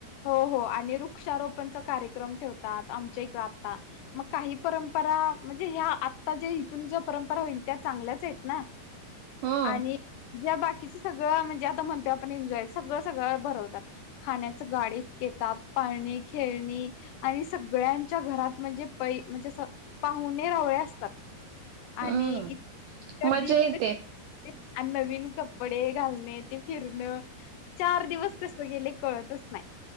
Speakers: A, on the left (about 75°); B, on the right (about 75°).
A: हो हो आणि वृक्षारोपणचा कार्यक्रम ठेवतात, आमच्या इकडे आता मग काही परंपरा म्हणजे ह्या आता ज्या इथून ज्या परंपरा होईल त्या चांगल्याच आहेत ना?
B: हम्म
A: आणि ज्या बाकी- सगळं म्हणजे आता म्हणतोय आपण एन्जॉय सगळं सगळं भरवतात खण्याच - गाडे येतात, पाळणे-खेळणी आणि सगळ्यांच्या घरात म्हणजे पै म्हणजे असं पाहुणे रावळे असतात. आणि
B: हम्म
A: इत गर्दी
B: मज्जा
A: इतकं
B: येते.
A: आणि नवीन कपडे घालणे ते फिरण चार दिवस कस गेले कळतच - नाही.